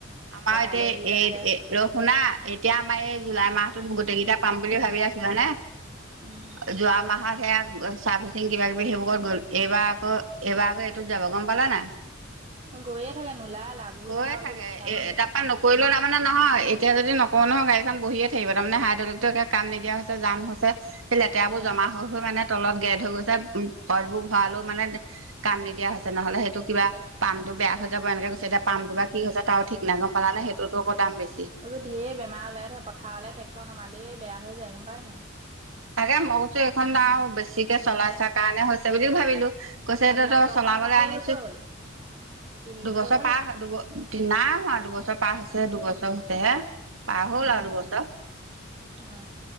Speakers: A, on the right (about 75°); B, on the right (about 30°).
A: আমাৰ এতিয়া
B: কাইলৈ গোট
A: এ
B: আছে,
A: এ ৰ শুনা এতিয়া আমাৰ এই জুলাই মাহটোত গোটেইকেইটা পাম বুলি ভাবি আছিলো হয়নে
B: উম।
A: যোৱা মাহত সেয়া চাৰ্ভিচিং কিবা কিবি সেইবোৰত গ'ল এইবাৰ আকৌ এইবাৰ আকৌ এইটোত যাব গম পালা নাই।
B: গৈয়ে থাকে নোলাই লাভো
A: গৈয়ে
B: নহয়
A: থাকে
B: বোৰ লোকচান
A: এ টাৰ পা নকৰিলেও তাৰমানে নহয় এতিয়া যদি নকৰো নহয় গাড়ীখন বহিয়ে থাকিব, তাৰমানে হাইড্ৰলিকতো কাম নিদিয়া হৈছে জাম হৈছে। লেতেৰাবোৰ
B: উম
A: জমা হৈ হৈ মানে তলত গেদ হৈ গৈছে অইলবোৰ ভৰালেও মানে কাম নিদিয়া হৈছে নহ'লে সেইটো কিবা পামটো ত বেয়া হৈ যাব এনেকেছে এতিয়া পামটো বা কি হৈছে তাৰো ঠিক নাই গম পালানে সেইটোতো আকৌ দাম বেছি
B: এইবোৰঢেৰ বেমাৰ ওলাই থাকে পথাৰলৈ ট্ৰেক্টৰ নমালেই বেয়া হৈ যায় গম পায় নাই।
A: তাকে মই কৈছো এইখন
B: উম
A: দাও বেছিকে
B: এনে
A: চলাইচা কাৰণে হৈছে বুলিও ভাবিলো। কৈছে
B: আপোনালোকৰখন
A: ত তই চলাবলৈ
B: কেইবছৰ
A: আনিছো
B: হ'ল তিনি বছৰ
A: দুবছৰ
B: হ'ল
A: পাৰ
B: জানো
A: দুব, নাই হোৱা দুবছৰ পাৰ হৈছে দুবছৰ। হৈছে হে পাৰ হ'ল
B: উম
A: আৰু দুবছৰ
B: অ